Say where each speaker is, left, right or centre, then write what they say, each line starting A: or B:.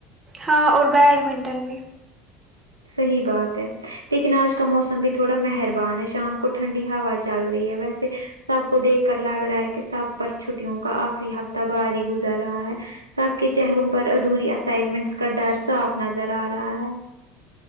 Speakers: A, on the right (about 25°); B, on the right (about 85°).
A: ہاں اور بیڈمنٹن بھی
B: صحیح بات ہے لیکن آج کا موسم بھی تھوڑا مہربان ہے شام کو ٹھنڈی ہوا چل رہی ہے ویسے سب کو دیکھ کر لگ رہا ہے کہ سب پر چھٹیوں کا آخری ہفتہ باری گزر رہا ہے سب کے چہروں پر ادھوری اسائنمنٹس کا ڈر صاف نظر آ رہا ہے